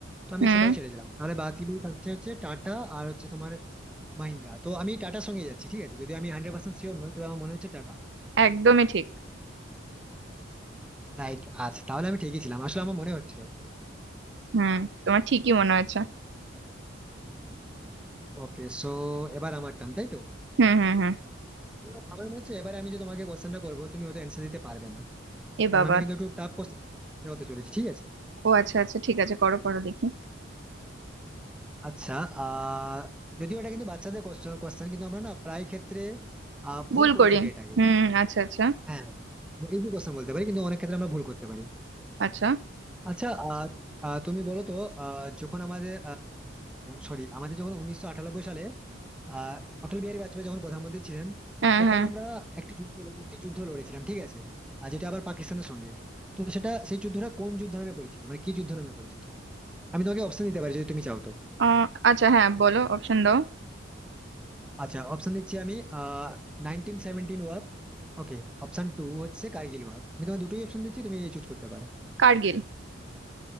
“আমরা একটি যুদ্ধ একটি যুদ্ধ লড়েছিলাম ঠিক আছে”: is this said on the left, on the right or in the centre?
Centre